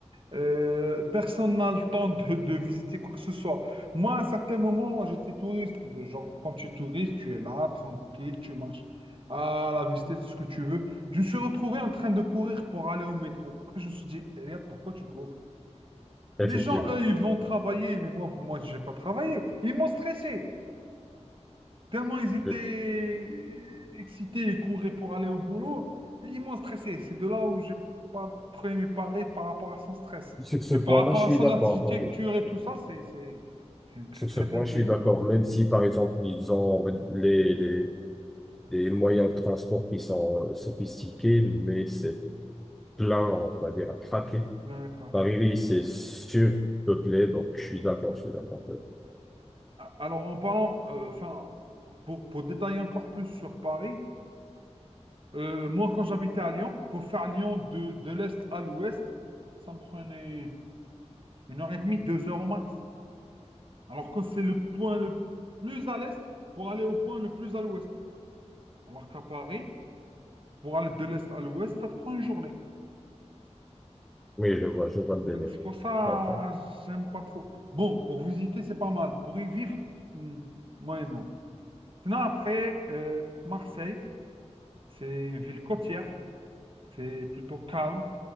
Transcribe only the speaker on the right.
Euh, personne n'a le temps de, de visiter quoi que ce soit. Moi, à un certain moment, j'étais touriste. De genre, quand tu es touriste, tu es là, tranquille, tu marches à la visiter ce que tu veux. Je me suis retrouvé en train de courir pour aller au métro. Après, je me suis dit, regarde, pourquoi tu cours?
Les gens, eux, ils vont travailler, mais moi, moi, je vais pas travailler. Ils m'ont stressé. Tellement ils étaient
excités et couraient pour aller au boulot, ils m'ont stressé. C'est de là où j'ai pas trop aimé Paris par rapport à son stress.
Mais
par rapport
à son
architecture
et tout ça, c'est c'est- c'est une très
très
belle
ville.
Plein à craquer.
A- Alors en parlant, euh, enfin, pour, pour détailler encore plus sur Paris, euh, moi quand j'habitais à Lyon, pour faire Lyon de, de l'est à l'ouest, ça me prenait une heure et demie, deux heures au max. Alors que c'est le point le plus à l'est pour aller au point le plus à l'ouest. Alors qu'à Paris, pour aller de l'est à l'ouest, ça te prend une journée.
Donc
c'est pour ça,
j'aime pas trop. Bon, pour visiter, c'est pas mal. Pour y vivre, hmm, moyennement. Sinon, après, euh, Marseille, c'est une ville côtière. C'est plutôt calme.